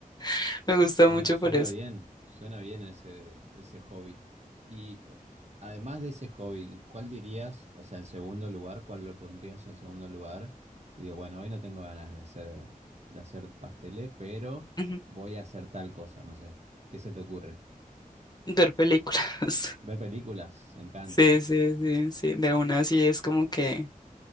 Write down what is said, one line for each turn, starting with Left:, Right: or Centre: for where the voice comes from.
Left: <laughs> me gusta
Right: Suena,
Left: mucho
Right: suena
Left: por eso.
Right: bien, suena bien ese, ese hobby. Y o- además de ese hobby, ¿cuál dirías, o sea, en segundo lugar, cuál lo pondrías en segundo lugar? Digo, bueno, hoy no tengo ganas de hacer, de hacer pasteles, pero
Left: Ujú,
Right: voy a hacer tal cosa, no sé. ¿Qué se te ocurre?
Left: Ver películas.
Right: Ver
Left: <laughs>
Right: películas, me encanta.
Left: Sí, sí, sí, sí, de una sí es como que